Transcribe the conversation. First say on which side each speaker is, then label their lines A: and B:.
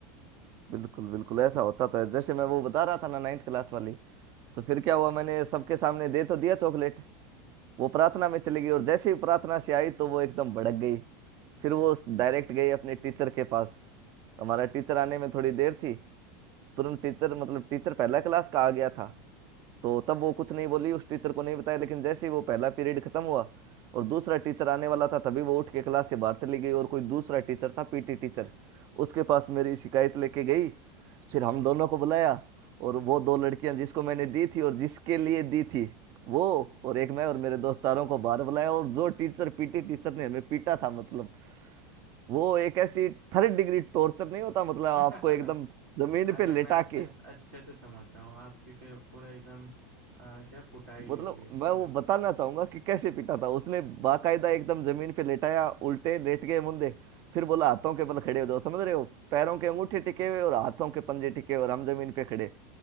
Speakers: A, on the right (about 45°); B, on the right (about 75°).
A: बिल्कुल बिल्कुल ऐसा होता था जैसे मैं वो बता रहा था ना नाइन्थ क्लास वाली तो फिर क्या हुआ मैंने सबके सामने दे तो दिया चॉकलेट वो प्रार्थना में चली गई और जैसे ही प्रार्थना से आई तो वो एकदम भड़क गई फिर वो डायरेक्ट गई अपने टीचर के पास हमारा टीचर आने में थोड़ी देर थी तुरंत टीचर मतलब टीचर पहला क्लास का आ गया था तो तब वो कुछ नहीं बोली उस टीचर को नहीं बताया लेकिन जैसे ही वो पहला पीरियड खत्म हुआ और दूसरा टीचर आने वाला था तभी वो उठ के क्लास से बाहर चली गई और कोई दूसरा टीचर था पीटी टीचर उसके पास मेरी शिकायत लेके गई फिर हम दोनों को बुलाया और वो दो लड़कियां जिसको मैंने दी थी और जिसके लिए दी थी वो और एक मैं और मेरे दोस्तारों को बाहर बुलाया और जो टीचर पीटी टीचर ने हमें पीटा था मतलब वो एक ऐसी थर्ड डिग्री टॉर्चर नहीं होता मतलब
B: <laughs>
A: आपको एकदम जमीन
B: अरे
A: पे लेटा
B: मैं अच्छे
A: के
B: से अच्छे से समझ रहा हूँ आपकी फिर पूरा एकदम अ, क्या कुटाई भी
A: मतलब
B: होगी अच्छे
A: मैं वो
B: से
A: बताना चाहूंगा कि कैसे पीटा था उसने बाकायदा एकदम जमीन पे लेटाया उल्टे लेट गए मुंदे फिर बोला हाथों के बल खड़े हो जाओ समझ रहे हो पैरों के अंगूठे टिके हुए और हाथों के पंजे टिके हुए और हम जमीन पे खड़े